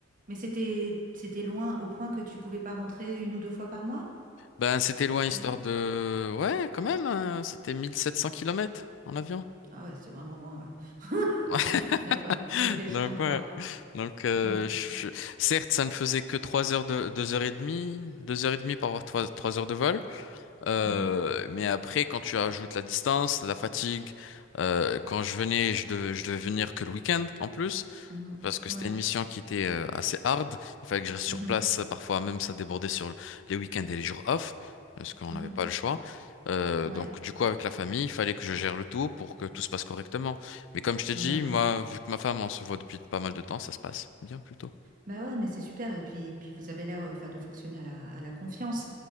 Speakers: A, on the right; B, on the left.
A: Mais c'était c'était loin au point que tu pouvais pas rentrer une ou deux fois par mois?
B: Ben, c'était loin,
A: C'était
B: histoire
A: loin.
B: de... Ouais, quand même, hein, c'était 1700 kilomètres en avion.
A: Ah ouais, c'est vraiment loin, ouais. <laughs>
B: <laughs>
A: D'accord. Ok, je
B: Donc
A: comprends.
B: ouais. Donc euh,
A: Mhm.
B: je- je- certes, ça ne faisait que 3 heures de 2 heures et demie, 2 heures et demie par avoir trois trois heures de vol. Euh,
A: Mhm.
B: mais après, quand tu ajoutes la distance, la fatigue, euh, quand je venais, je devais, je devais venir que le week-end en plus,
A: Mhm.
B: parce que
A: Ouais.
B: c'était une mission qui était euh, assez hard. Il fallait que je reste sur
A: Mhm.
B: place. Parfois même, ça débordait sur les week-ends et les jours off, parce qu'on
A: Mhm.
B: n'avait pas le choix. Euh,
A: Ouais.
B: donc du coup, avec la famille, il fallait que je gère le tout pour que tout se passe correctement. Mais comme je t'ai dit,
A: Bah ouais.
B: moi, vu que ma femme, on se voit depuis pas mal de temps, ça se passe bien plutôt.
A: Bah ouais, mais c'est super. Et puis, puis vous avez l'air euh, enfin, de fonctionner à la, à la confiance.